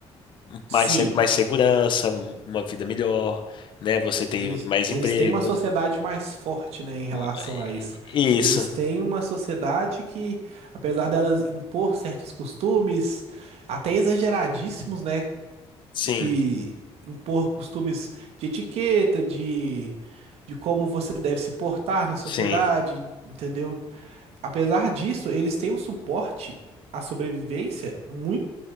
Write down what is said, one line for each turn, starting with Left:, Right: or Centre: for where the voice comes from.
Right: sim.
Left: Mais, se- mais segurança, uma vida melhor, né? Você tem
Right: Eles,
Left: mais
Right: eles
Left: emprego.
Right: têm uma sociedade mais forte, né, em relação
Left: Hum, é-
Right: a isso.
Left: Isso.
Right: Eles têm uma sociedade que, apesar delas impor certos costumes, até exageradíssimos, né,
Left: Sim,
Right: que impor costumes de etiqueta, de, de como você deve se portar na sociedade,
Left: sim,
Right: entendeu? Apesar disso, eles têm um suporte à sobrevivência muito